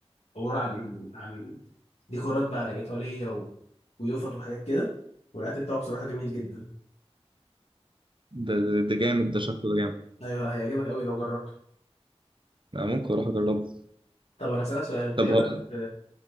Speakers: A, on the left; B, on the right.
A: عباره عن عن ديكورات بقى ايطاليه و... ويوفط وحاجات كده والاكل بتاعه بصراحه جميل جدا
B: ده ده ده جامد ده شكله ده جامد
A: ايوه لا هيعجبك قوي لو جربته
B: أنا ممكن أروح أجربه
A: طب انا هسالك سؤال انت
B: طب
A: ايه
B: ه-
A: رايك في